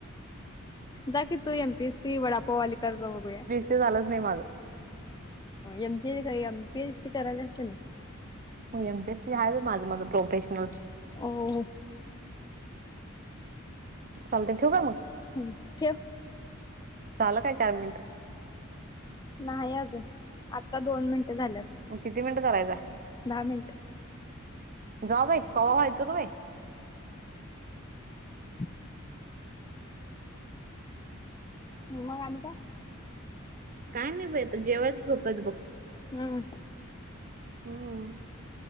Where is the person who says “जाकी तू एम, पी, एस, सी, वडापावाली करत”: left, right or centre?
Left